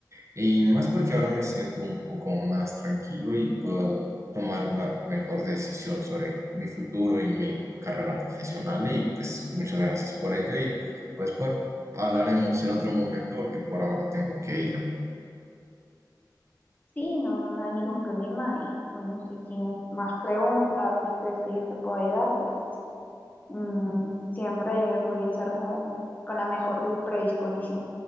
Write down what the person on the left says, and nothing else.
Sí, no, no hay ningún problema y bueno, si tienes más preguntas, si crees que yo te puedo ayudar, pues mm, siempre voy a estar como con la mejor predisposición.